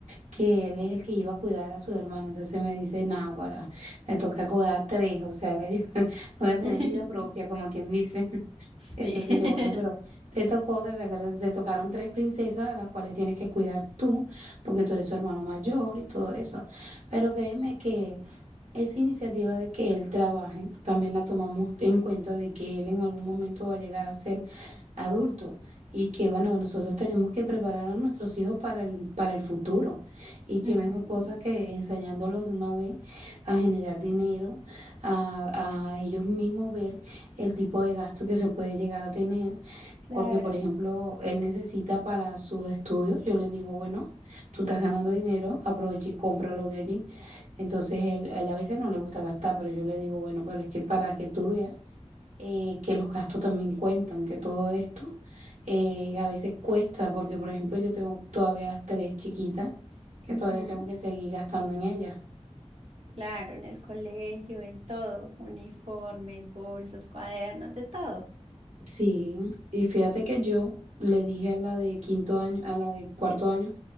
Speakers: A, on the right; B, on the right.
A: que él es el que iba a cuidar a su hermana. Entonces me dice, náguara, me toca cuidar a tres, o sea que yo <laughs> no voy a tener
B: <laughs>
A: vida propia, como quien dice. <laughs> Entonces
B: Sí. <laughs>
A: yo, bueno, pero te tocó, te, tocaron te tocaron tres princesas a las cuales tienes que cuidar tú, porque tú eres su hermano mayor y todo eso. Pero créeme que Esa iniciativa de que él trabaje, también la tomamos en cuenta de que él en algún momento va a llegar a ser adulto y que bueno, nosotros tenemos que preparar a nuestros hijos para el, para el futuro y qué
B: Ujú,
A: mejor cosa que enseñándolos de una vez a generar dinero, a, a ellos mismos ver el tipo de gasto que se puede llegar a tener,
B: Claro.
A: porque, por ejemplo, él necesita para sus estudios, yo le digo, bueno, tú estás ganando dinero, aprovecha y cómpralo de allí. Entonces, él, a él a veces no le gusta gastar, pero yo le digo, bueno, pero es que para que tú veas eh, que los gastos también cuentan, que todo esto eh, a veces cuesta, porque, por ejemplo, yo tengo todavía las tres chiquitas, que
B: Ujú.
A: todavía tengo que seguir gastando en ellas.
B: Claro, en el colegio, en todo, uniformes, bolsos, cuadernos, de todo.
A: Sí, y fíjate que yo le dije a la de quinto año, a la de cuarto año,